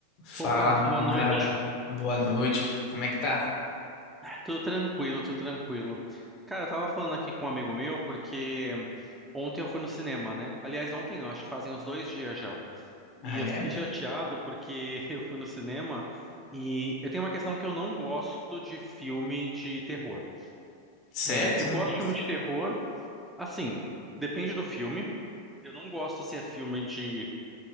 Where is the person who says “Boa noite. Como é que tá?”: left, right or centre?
Left